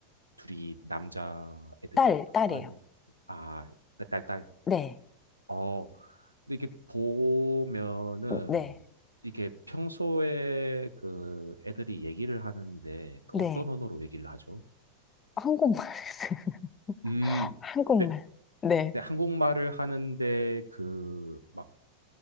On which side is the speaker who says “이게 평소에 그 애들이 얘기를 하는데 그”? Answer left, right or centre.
Right